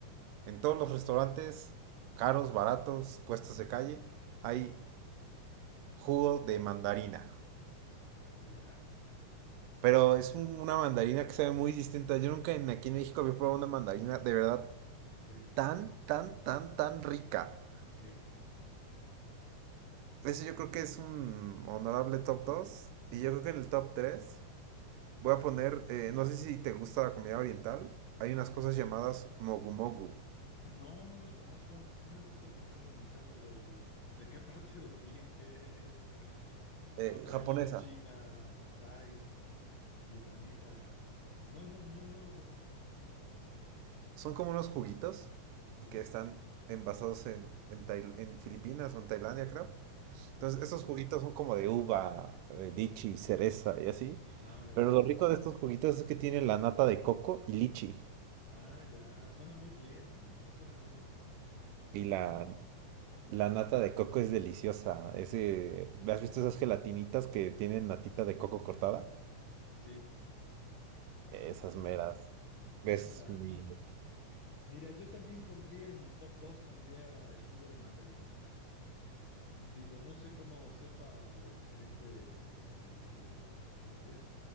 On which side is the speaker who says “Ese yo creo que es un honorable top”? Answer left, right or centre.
Right